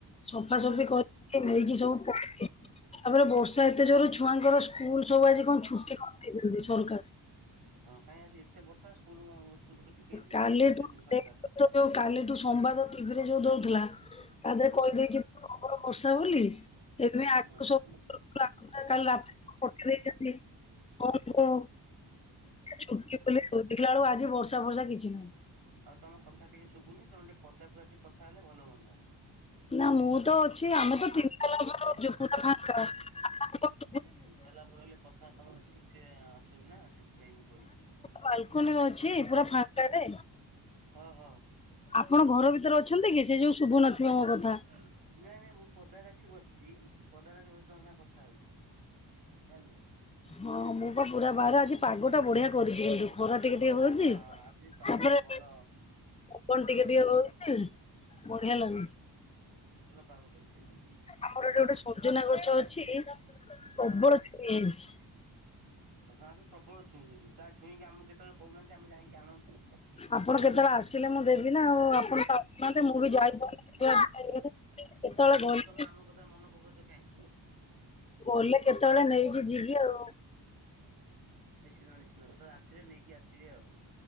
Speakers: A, on the left; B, on the right.
A: ସଫା
B: ହଁ
A: ସଫି କରିକି ନେଇକି ସବୁ ପ ତାପରେ ବର୍ଷା ଏତେ ଜୋର, ଛୁଆଙ୍କର ସ୍କୁଲ ସବୁ ଆଜି କଣ ଛୁଟି କରି ଦେଇଛନ୍ତି ସରକାର।
B: ହଁ କାଇଁ ଆଜି ଏତେ ବର୍ଷା ସ୍କୁଲ୍ କଣ ସ୍କୁଲ ଛୁଟି। କେଇ ଦିନ
A: କାଲିଠୁ
B: ଛୁଟି କରିଛନ୍ତି ସରକାର?
A: <unintelligible> ଯୋଉ କାଲିଠୁ ସମ୍ବାଦ ଟିଭିରେ ଯୋଉ ଦଉଥିଲା। ତା ଦେହରେ
B: ହଁ
A: କହିଦେଇଛି ପ୍ରବଳ ବର୍ଷା ବୋଲି, ସେଥିପାଇଁ ଆକୁ
B: ହଁ
A: ସବୁ ପା <unintelligible> କାଲି ରାତିରେ ପକେଇ ଦେଇଛନ୍ତି କଲକୁ। ଛୁଟି ବୋଲି, ଦେଖିଲା ବେଳକୁ ଆଜି ବର୍ଷା ଫର୍ଷା କିଛି ନାହିଁ।
B: ଆଉ ତମ କଥା ଟିକେ ଶୁଭୁନି, ତମେ ଟିକେ ପଦାକୁ ଆସି କଥା ହେଲେ ଭଲ ହୁଅନ୍ତା।
A: ନା ମୁଁ ତ ଅଛି ଆମେ ତ ତିନି ତାଲା ଉପରେ ଅଛୁ, ପୁରା ଫାଙ୍କା ଆ-ଆମେ ତ
B: ଆଉ ତିନି ତାଲା ଉପରେ ରହିଲେ, କଥା ତମର ଠିକସେ ଆସୁନି ନା ସେଥିପାଇଁ ମୁଁ କହିଲି।
A: ବାଲକୁନିରେ ଅଛି ପୁରା ଫାଙ୍କାରେ।
B: ହଁ- ହଁ।
A: ଆପଣ ଘର ଭିତରେ ଅଛନ୍ତି କି, ସେଇ ଯୋଗୁ ଶୁଭୁନଥିବ ମୋ କ
B: ଉଁ ନାଇଁ ନାଇଁ ମୁଁ ପଦାରେ ଆସି ବସିଛି, ପଦାରେ ଆସି ବସିଛି ତମ ସାଙ୍ଗେ କଥା ହଉଛି ଜାଣିଲେ।
A: ହଁ- ମୁଁ ପା ପୁରା ବାହାରେ ଆଜି ପାଗ ଟା ବଢିଆ କରିଛି, କିନ୍ତୁ ଖରା ଟିକେ ଟିକେ ହଉଛି।
B: ହଁ ହଁ ଆଜି ପାଗ
A: ତାପରେ
B: ଟିକେ ଭଲ।
A: କଣ ଟିକେ ଟିକେ ହଉଚି, ବଢିଆ
B: ହଁ ହଁ।
A: ଲାଗୁଛି।
B: ଭଲ ପାଗ କରିଚି ଆଜି।
A: ଆମର ଏଠି ଗୋଟେ ସଜନା ଗଛ ଅଛି, ପ୍ରବଳ
B: ହଁ
A: ଛୁଇଁ ହେଇଚି।
B: <unintelligible> ପ୍ରବଳ ଛୁଇଁ ସେଠି କା ଛୁଇଁ କା, ଆମକୁ କେତେବେଳେ କହୁନାହାନ୍ତି ଆମେ ଯାଇଁକି ଆଣନ୍ତୁ।
A: ଆପଣ କେତେବେଳେ ଆସିଲେ ମୁଁ ଦେବି ନା ଆଉ। ଆପଣ ତ୍ ଆସୁନାହାନ୍ତି ମୁଁ ବି ଯାଇପାରୁନି। <unintelligible> କେତେବେଳେ
B: କୋଉଠି
A: ଗଲେ
B: ତମେ ଆମ କଥା ମନେ ପକଉଚ କାଇଁ?
A: ଗଲେ କେତେବେଳେ ନେଇକି ଯିବି ଆଉ।
B: ନିଶ୍ଚିନ୍ତ ନିଶ୍ଚିନ୍ତ କେତେବେଳେ ଆସିଲେ ନେଇକି ଆସିବେ ଆଉ।